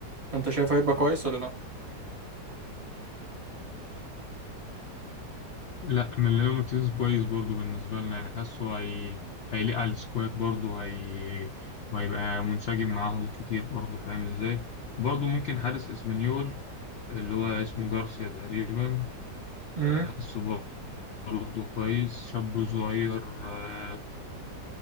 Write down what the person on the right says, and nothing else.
انت شايفه هيبقى كويس ولا لا
امم